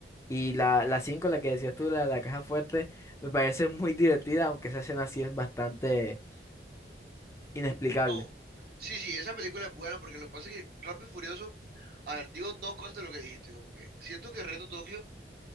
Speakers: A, on the left; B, on the right.
A: Y la, la 5 la que decías tú, la, la caja fuerte, me parece muy divertida, aunque esa escena sí es bastante inexplicable.
B: No, sí, sí, esa película es buena porque lo que pasa es que Rápido y Furioso, a ver, digo dos cosas de lo que dijiste, como que siento que Reto Tokio,